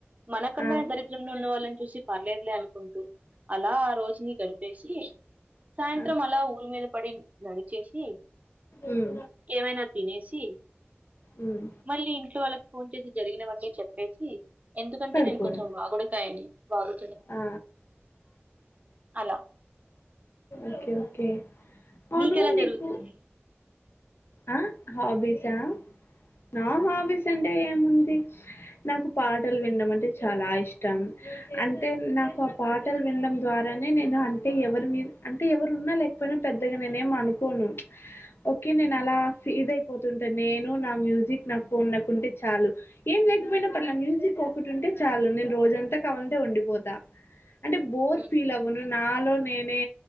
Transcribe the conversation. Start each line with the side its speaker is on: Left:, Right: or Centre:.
Right: మనకన్నా
Left: ఆ
Right: దరిద్రంగా ఉన్న వాళ్ళని చూసి పర్లేదులే అనుకుంటూ అలా ఆ రోజుని కనిపేసి సాయంత్రం
Left: ఆ
Right: అలా ఊరి మీద పడి నడిచేసి
Left: ఉమ్
Right: ఏమైనా తినేసి
Left: ఉమ్
Right: మళ్ళీ ఇంట్లో వాళ్ళ ఫోన్ చేసి జరిగినవన్నీ చెప్పేసి ఎందుకంటే
Left: పడుకోవడం
Right: నేను కొంచెం వాగుడకాయని బాగు
Left: ఆ
Right: అలా
Left: ఓకే ఓకే కె అవును
Right: మీకెలా
Left: నికు
Right: జరుగుతుంది
Left: ఆ హాబీసా నా హాబీస్ అంటే ఏముంది నాకు పాటలు వినడం అంటే చాలా ఇష్టం అంటే నాకు ఆ పాటలు వినడం ద్వారా కానీ నేను అంటే ఎవరి మీ అంటే ఎవరున్నా లేకపోయినా పెద్దగా నేనే ఏమ అనుకోను ఓకే నేను ఇదయిపోతుంటంది నేను నా మ్యూజిక్ నా ఫోన్ నాకు ఉంటే చాలు ఏం లేకపోయినా పర్లా మ్యూజక్ ఒకటి ఉంటే చాలు నేను రోజంతా కవాలంటే ఉండిపోత తా అంటే బోర్
Right: ఉమ్.
Left: ఫీల్ అవ్వను నాలో నేనే